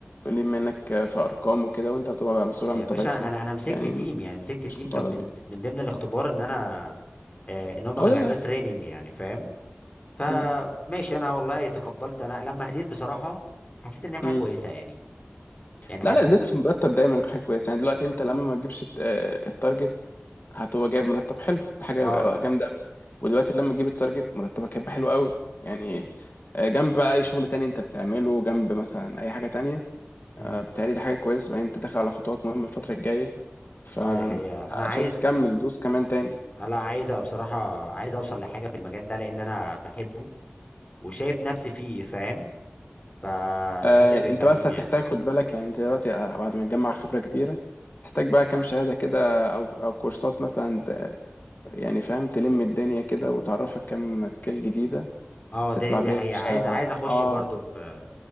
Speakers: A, on the left (about 50°); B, on the left (about 30°).
A: منك في ارقام وكده وانت هتبقى بقى مسؤول
B: يا
A: عن متابعتهم
B: باشا انا انا مسكت
A: يعني
B: تيم يعني مسكت تيم
A: مش مطالب
B: كان من
A: يعني
B: من ضمن الاختبار ان انا آه، ان هم
A: هو
B: كانوا
A: ده اللي
B: بيعملوا
A: هيحصل
B: تريننج يعني فاهم فماشي
A: مم.
B: انا والله تقبلت انا لما هديت بصراحه حسيت ان هي حاجه
A: مم.
B: كويسه يعني يعني حسيت
A: لا لا زيادة في المرتب دايما حاجة كويسة يعني دلوقتي انت لما ما تجيبش الت- آه، التارجت هتبقى جايب مرتب حلو دي حاجة
B: اه اه
A: جامدة قوي ودلوقتي لما تجيب التارجت مرتبك هيبقى حلو قوي يعني آه، جنب بقى اي شغل تاني انت بتعمله جنب مثلا اي حاجة تانية
B: امم
A: آه، بتهيألي دي حاجة كويسة بعدين انت داخل على خطوات مهمة الفترة الجاية فشايف
B: اه دي حقيقه انا عايز
A: تكمل دوس كمان تاني
B: لا عايز أبقى بصراحه عايز اوصل لحاجه في المجال ده لان انا بحبه وشايف نفسي فيه فاهم فده
A: آه،
B: اللي بيخليني
A: انت بس هتحتاج خد بالك يعني انت دلوقتي آه، بعد ما تجمع خبرة كبيرة تحتاج بقى كام شهادة كده او او كورسات مثلا ت- يعني فاهم تلم الدنيا كده وتعرفك كام سكيل جديدة
B: اه
A: تطلع
B: دي دي
A: بيها
B: حقيقه
A: يا باشا
B: عايز عايز اخش
A: اه
B: برضو في